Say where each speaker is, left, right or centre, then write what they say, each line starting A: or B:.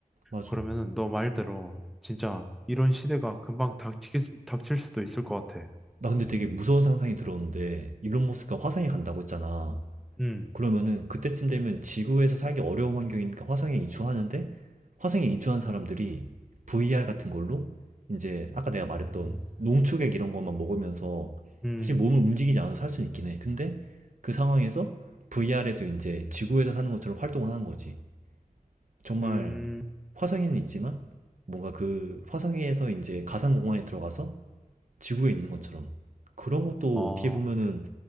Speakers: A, on the right; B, in the centre.
A: 맞아.
B: 그러면은 너 말대로 진짜 이런 시대가 금방 닥치 닥칠 수도 있을 것 같아.
A: 나 근데 되게 무서운 상상이 들었는데 일론 머스크가 화성에 간다고 했잖아.
B: 음,
A: 그러면은 그때쯤 되면 지구에서 살기 어려운 환경이니까 화성에 이주하는데 화성에 이주한 사람들이 VR 같은 걸로 이제 아까 내가 말했던
B: 음,
A: 농축액 이런 것만 먹으면서
B: 음,
A: 사실 몸을 움직이지 않아도 살 수는 있긴 해. 근데 그 상황에서 VR에서 이제 지구에서 사는 것처럼 활동을 하는 거지. 정말
B: 음,
A: 화성에는 있지만 뭔가 그 화성에서 이제 가상 공간에 들어가서 지구에 있는 것처럼 그런 것도
B: 아,
A: 어떻게 보면은